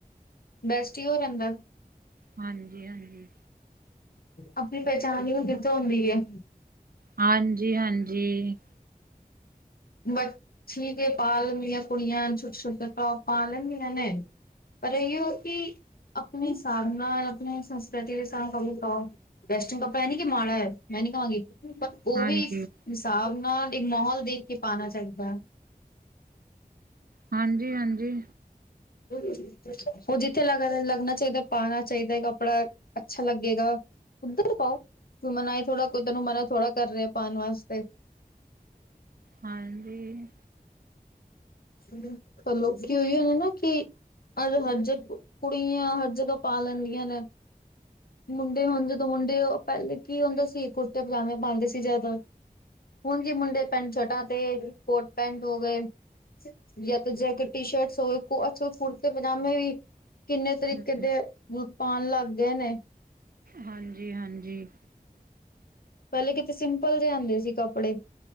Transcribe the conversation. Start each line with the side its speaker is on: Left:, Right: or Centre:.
Left: ਬੈਸਟ ਈ ਉਹ ਰਹਿਦਾ।
Right: ਹਾਂਜੀ, ਹਾਂਜੀ
Left: ਆਪਣੀ ਪਹਿਚਾਣ ਕਿਥੋਂ ਆਉਂਦੀ ਐ।
Right: ਹਾਂਜੀ ਹਾਂਜੀ
Left: ਵੱਛੀ ਕੇ ਬਾਲ ਮੇਰੀਆਂ ਕੁੜੀਆਂ ਛੋਟੇ- ਛੋਟੇ ਟੋਪ ਪਾ ਲੈਂਦੀਆਂ ਨੇ। ਪਰ ਇਹੋ ਕਿ ਆਪਣੇ ਹਿਸਾਬ ਨਾਲ ਆਪਣੇ ਸੰਸਕ੍ਰਿਤੀ ਦੇ ਹਿਸਾਬ ਨਾਲ ਅਪਨਾੳ। ਵੈਸਟਿੰਗ ਕੱਪੜਾ ਐ ਨੀ ਕਿ ਮਾੜਾ ਐ, ਮੈਂ ਨੀ ਕਵਾਂਗੀ ਪ ਉਹ
Right: ਹਾਂਜੀ
Left: ਵੀ ਹਿਸਾਬ ਨਾਲ ਇੱਕ ਮਾਹੌਲ ਦੇਖ ਕੇ ਪਾਣਾ ਚਾਹੀਦਾ।
Right: ਹਾਂਜੀ ਹਾਂਜੀ
Left: ਉਹ ਜਿੱਥੇ ਲ ਲੱਗਣਾ ਚਾਹੀਦਾ ਪਾਉਣਾ ਚਾਹੀਦਾ ਐ ਕੱਪੜਾ, ਅੱਛਾ ਲੱਗੇਗਾ। ਉੱਧਰ ਪਾਓ, ਕੋਈ ਮਨਾਹੀ ਥੋੜਾ, ਕੋਈ ਤੈਨੂੰ ਮਨਾ ਥੋੜਾ ਕਰ ਰਿਹਾ ਪਾਣ ਵਾਸਤੇ।
Right: ਹਾਂਜੀ
Left: ਚਲੋ, ਲੋਕੀ ਉਹੀਔ ਨਾ ਕੀ ਅੱਜ ਹਰ ਜ ਕੁੜੀਆਂ ਹਰ ਜਗ੍ਹਾ ਪਾ ਲੈਂਦੀਆਂ ਨੇ। ਮੁੰਡੇ ਹੁਣ ਜਦੋਂ ਮੁੰਡੇ ਪਹਿਲੇ ਕੀ ਹੁੰਦਾ ਸੀ ਕੁੜਤੇ -ਪਜਾਮੇ ਪਾਉਂਦੇ ਸੀ ਜਿਆਦਾਤਰ। ਹੁਣ ਜੇ ਮੁੰਡੇ ਪੈਂਟ- ਸ਼ਰਟਾ ਤੇ ਕੋਟ -ਪੈਂਟ ਹੋ ਗਏ। ਜਾਂ ਤਾਂ ਜੈਕੇਟ ਟੀ- ਸ਼ਰਟਸ ਸੁ ਹੋਏ, ਅਜਕੱਲ੍ਹ ਕੁੜਤੇ- ਪਜਾਮੇ ਵੀ। ਕਿੰਨੇ ਤਰੀਕੇ
Right: ਹਮ
Left: ਦੇ ਬੂਟ ਪਾਣ ਲੱਗ ਗਏ ਨੇ।
Right: ਹਾਂਜੀ ਹਾਂਜੀ
Left: ਪਹਿਲੇ ਕਿਤੇ ਸਿੰਪਲ ਜੇ ਆਂਦੇ ਸੀ ਕੱਪੜੇ।